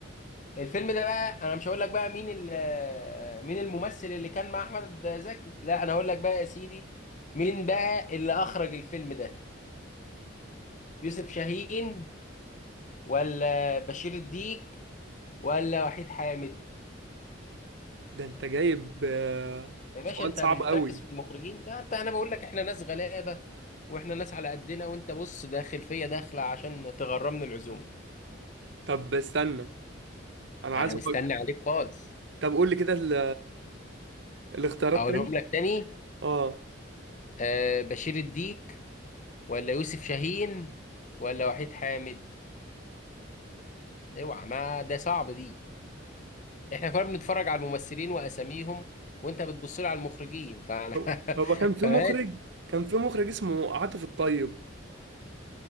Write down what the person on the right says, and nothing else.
ده انت جايب آه،
سؤال
صعب
قوي
طب استنى انا
عايز
افكر
طب قول لي كده ال- الاختيارات
تاني
اه
هو هو
كان في
مخرج كان في مخرج اسمه عاطف الطيب